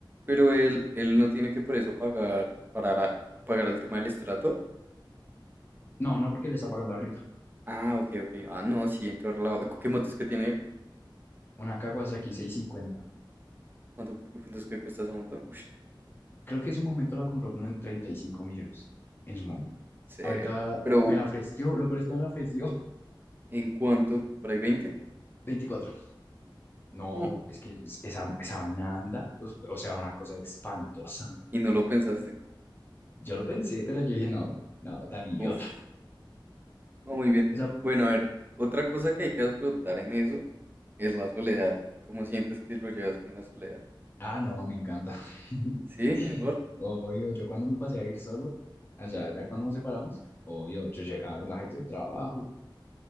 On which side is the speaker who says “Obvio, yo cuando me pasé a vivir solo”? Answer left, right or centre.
Left